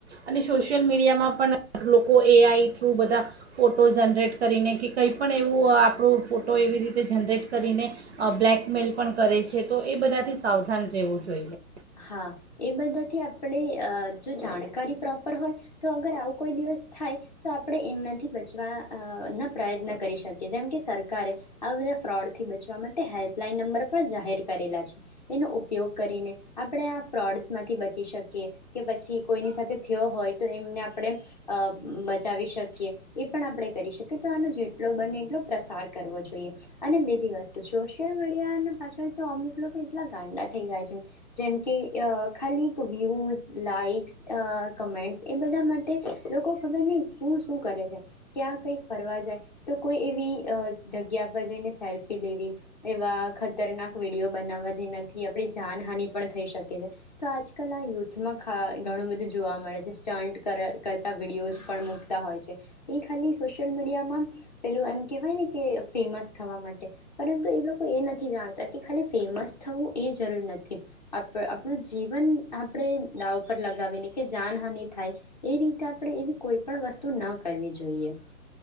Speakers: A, on the right; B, on the left.
A: અને સોશિયલ મીડિયામાં પણ લોકો એઆઈ થ્રુ બધા ફોટો જનરેટ કરીને કે કંઈ પણ એવું આપણું ફોટો એવી રીતે જનરેટ કરીને બ્લેકમેલ પણ કરે છે તો એ બધાથી સાવધાન રહેવું જોઈએ.
B: હા એ બધાથી આપણે જો જાણકારી પ્રોપર હોય તો અગર આવો કોઈ દિવસ થાય તો આપણે એનાથી બચવાઆ અ ના પ્રયત્ન કરી શકીએ જેમ કે સરકારે આ બધા ફ્રોડથી બચવા માટે હેલ્પલાઇન નંબર પણ જાહેર કરેલા છે એનો ઉપયોગ કરીને આપણે આ ફ્રોડસમાંથી બચી શકીએ. કે પછી. કોઈની સાથે થયો હોય તો, એમને આપણે અ બચાવી શકીએ. એ પણ આપણે કરી શકીએ. તો આનો જેટલો બને એટલો પ્રસાર કરવો જોઈએ. અને બીજી વસ્તુ, સોશિયલ મીડિયા પાછળ તો અમુક લોકો એટલા ગાંડા થઈ ગયા છે. જેમ કે, ખાલી વ્યૂઝ, લાઈક્સ, કમેન્ટ્સ એ બધા માટે લોકો ખબર નહીં શું-શું કરે છે. ક્યાં કંઈક ફરવા જાય. તો કોઈ એવી અ જગ્યા પર જઈને સેલ્ફી લેવી. એવા ખતરનાક વિડીયો બનાવવા. જેનાથી આપણી જાનહાની થઈ શકે છે. તો, આજકાલ આ યુથમાં ઘણું બધું જોવા મળે છે. સ્ટન્ટ કરતા વિડીિયોસ પણ મૂકતા હોય છે. એ ખાલી સોશિયલ મીડિયામાં પેલું એમ કેહેવાય ને કે, ફેમસ થવા માટે. પરંતુ, એ લોકો એ નથી જાણતા કે, ખાલી ફેમસ થવું એ જરૂર નથી. આપણું જીવન આપણે દાવ પર લગાવીને કે, જાનહાની થાય. એ રીતે આપણે એવી કોઈ પણ વસ્તુ ન કરવી જોઈએ.